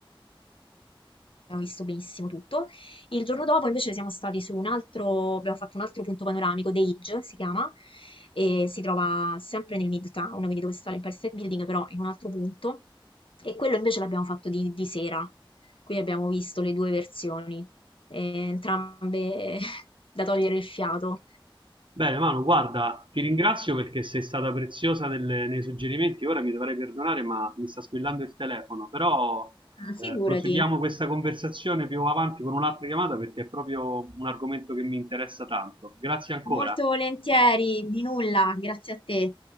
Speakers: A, on the left (about 70°); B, on the right (about 60°).
A: abbiamo visto benissimo tutto. Il giorno dopo invece siamo stati su un altro, abbiamo fatto un altro punto panoramico, The Edge si chiama, e si trova sempre nel Midtown, quindi dove sta l'Empire State Building, però in un altro punto. E quello invece l'abbiamo fatto di, di sera, quindi abbiamo visto le due versioni, eh, entrambe <laughs> da togliere il fiato.
B: Bene, Manu, guarda, ti ringrazio perché sei stata preziosa nelle- nei suggerimenti. Ora mi dovrai perdonare, ma mi sta squillando il telefono. Però
A: Ah,
B: eh,
A: figurati,
B: proseguiamo questa conversazione più avanti con un'altra chiamata perché è proprio un argomento che mi interessa tanto. Grazie ancora.
A: molto volentieri, di nulla, grazie a te.